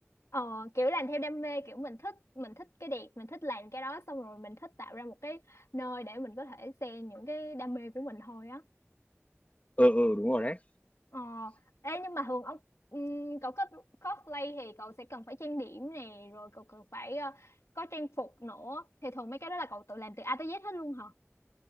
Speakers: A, on the left (about 75°); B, on the left (about 30°).
A: Ờ kiểu làm theo đam mê kiểu mình thích mình thích cái đẹp mình thích làm cái đó xong rồi mình thích tạo ra một cái nơi để mình có thể share những cái đam mê của mình thôi á
B: Ờ Ừ ừ đúng rồi đấy.
A: Ờ, ê nhưng mà thường ông ừm, cậu có cosplay thì cậu sẽ cần phải trang điểm nè, rồi cậu cần phải ờ, có trang phục nữa. Thì thường mấy cái đó là cậu tự làm từ A tới Z hết luôn hả?